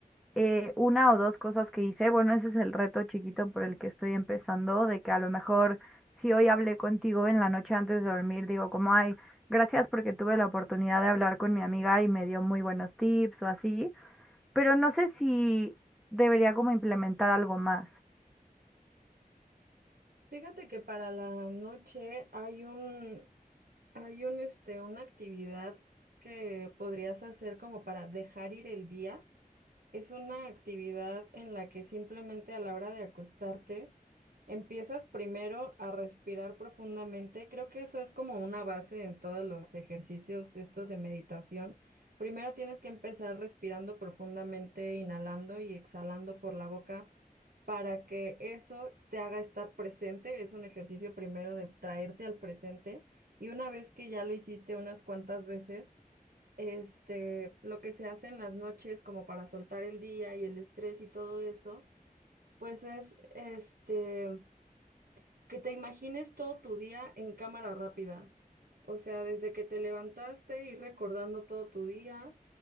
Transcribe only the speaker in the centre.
eh, una o dos cosas que hice. Bueno, ese es el reto chiquito por el que estoy empezando, de que a lo mejor si hoy hablé contigo en la noche antes de dormir, digo como, ay, gracias porque tuve la oportunidad de hablar con mi amiga y me dio muy buenos tips o así pero no sé si debería como implementar algo más.